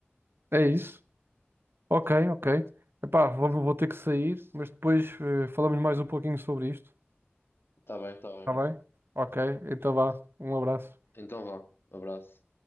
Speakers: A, on the right (about 60°); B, on the left (about 60°).
A: É isso. Ok, ok. Epá, vou, vou ter que sair, mas depois eh, falamos mais um pouquinho sobre isto.
B: Está bem, está bem.
A: Está bem? Ok, então vá. Um abraço.
B: Então vá, abraço.